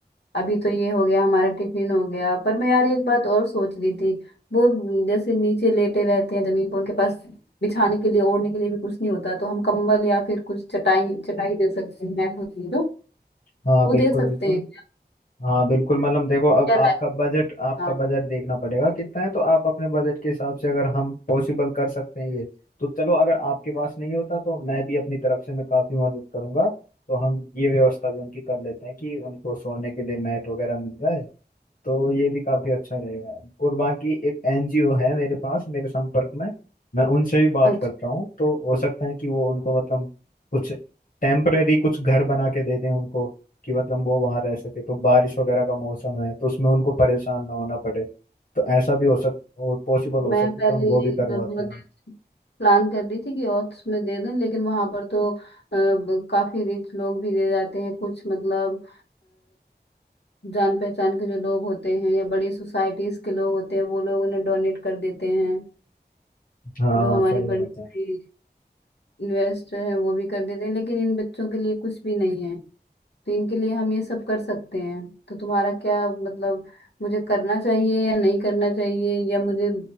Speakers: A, on the left; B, on the left.
A: अभी तो ये हो गया हमारा टिफिन हो गया पर मैं यार एक बात और सोच रही थी वो जैसे नीचे लेटे रहते हैं जमीन पर उनके पास बिछाने के लिए ओढ़ने के लिए भी कुछ नहीं होता तो हम कंबल या फिर कुछ चटाई चटाई दे सकते हैं नेट होती है जो
B: हाँ
A: वो
B: बिल्कुल
A: दे सकते
B: बिल्कुल
A: हैं क्या
B: हाँ बिल्कुल मतलब देखो अब
A: क्या
B: आपका
A: राय
B: बजट आपका
A: हाँ
B: बजट देखना पड़ेगा कितना है तो आप अपने बजट के हिसाब से अगर हम पॉसिबल कर सकते हैं ये तो चलो अगर आपके पास नहीं होता तो मैं भी अपनी तरफ से मैं काफी मदद करूंगा तो हम ये व्यवस्था भी उनकी कर लेते हैं कि उनको सोने के लिए मैट वगैरह मिल जाए तो ये भी काफी अच्छा रहेगा और बाकी एक एनजीओ है मेरे पास मेरे संपर्क में मैं उनसे भी बात
A: अच्छा
B: करता हूँ तो हो सकता है कि वो उनको मतलब कुछ टेम्परेरी कुछ घर बना के दे दें उनको कि मतलब वो वहां रह सके तो बारिश वगैरह का मौसम है तो उसमें उनको परेशान ना होना पड़े तो ऐसा भी हो सक और पॉसिबल हो
A: मैं
B: सके
A: पहले
B: तो हम वो भी
A: एक
B: करवाते
A: बहुत
B: हैं
A: प्लान कर रही थी कि ऑक्स में दे दें लेकिन वहां पर तो अ, ब- काफी रिच लोग भी दे जाते हैं कुछ मतलब जान पहचान के जो लोग होते हैं या बड़ी सोसाइटीज के लोग होते हैं वो लोग उन्हें डोनेट कर देते हैं
B: हाँ
A: जो हमारी
B: सही
A: बड़ी
B: बात
A: बड़ी
B: है
A: इन्वेस्टर हैं वो भी कर देते हैं लेकिन इन बच्चों के लिए कुछ भी नहीं है तो इनके लिए हम ये सब कर सकते हैं तो तुम्हारा क्या मतलब मुझे करना चाहिए या नहीं करना चाहिए या मुझे